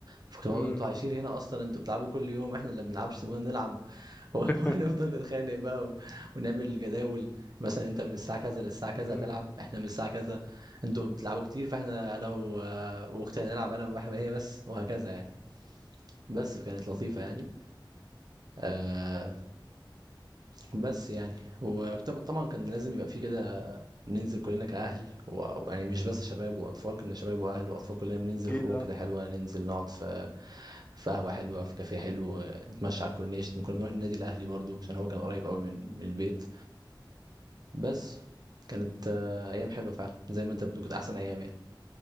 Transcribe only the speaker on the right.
فكنت باقول
أنتم عايشين هنا أصلًا، أنتم بتلعبوا كل يوم، إحنا اللي ما بنلعبش سيبونا نلعب <laughs> ونفضل
نتخانق بقى و ونعمل جداول، مثلًا أنت من الساعة كذا للساعة كذا
هتلعب، إحنا من الساعة كذا أنتم بتلعبوا كتير فإحنا أنا و وأختي هنلعب أنا وح هي بس وهكذا يعني، بس فكانت لطيفة يعني، آآ، بس يعني، وط طبعًا كان لازم يبقى في كده ننزل كلنا كأهل و- ويعني مش بس شباب وأطفال كنا شباب وأهل وأطفال كلنا بننزل
خروج
كده حلوة ننزل نقعد في في قهوة حلوة في كافيه حلو نتمشى على الكورنيش كنا بنروح النادي الأهلي برضو عشان هو كان قريب قوي من من البيت بس كانت آه، أيام حلوة فعلا زي ما أنت بتقول كانت أحسن أيام يعني